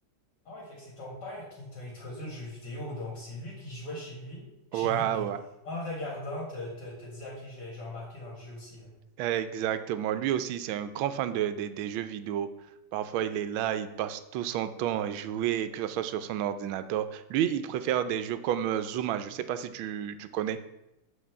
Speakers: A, on the left; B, on the right.
A: Ah ouais, fait que c'est ton père qui t'a introduit aux jeux vidéo, donc c'est lui qui jouait chez lui, chez
B: Ouais,
A: vous, puis
B: ouais,
A: en le regardant, te, te, te dit, OK, je vais, je vais embarquer dans le jeu aussi, là.
B: exactement. Lui aussi, c'est un grand fan de, de- des jeux vidéo. Parfois, il est là, il passe tout son temps à jouer, que ce soit sur son ordinateur. Lui, il préfère des jeux comme euh, Zuma, je ne sais pas si tu, tu connais.